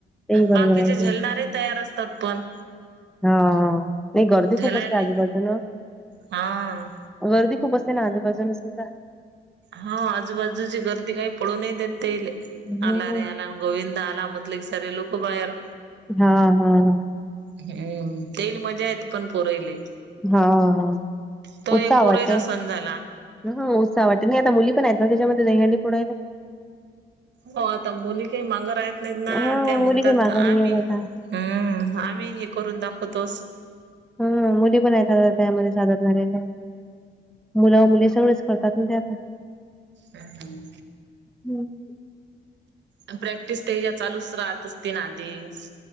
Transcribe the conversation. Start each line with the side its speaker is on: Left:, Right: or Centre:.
Centre: ते बरोबर
Right: बाकीचे
Centre: आहे
Right: झेलणारे
Centre: की.
Right: तयार असतात पण
Centre: हं नाही घरदी
Right: झलाले
Centre: खूप असते आजूबाजूूला
Right: हा
Centre: गर्दी खूप असते ना, आजूबाजून सुद्धा.
Right: हा आजूबाजूची गर्दी काही पळू नाही देत तेईले.
Centre: हम्म
Right: आला रे आला. गोविंदा आला म्हटलं की, सारे लोक बाहेर.
Centre: हा.. हा.. हा.
Right: हम्म. तेल मजा येत, पण पोर ईले.
Centre: हा हा
Right: तो
Centre: उत्साह
Right: एक पोरयेचा
Centre: वाटते
Right: सण झाला.
Centre: हा उत्साह वाटे नाही आता. मुली पण आहेत ना त्याच्यामध्ये दहीहंडी फोडायला.
Right: हो, आता मुली काही माग राहत नाहीत ना.
Centre: हा
Right: त्या म्हणतात
Centre: मुली काही मागं
Right: आम्ही
Centre: नाही आहेत आता
Right: हम्म. आम्ही हे करून दाखवतोस.
Centre: हम, मुली पण आहेत आता त्यामध्ये सादर झालेल्या. मुलं मुली सगळेच करतात ना ते आता.
Right: हम्.. हम्.
Centre: हम्म.
Right: आन प्रॅक्टिस तेच्या चालूच राहत आसतीन आधीच.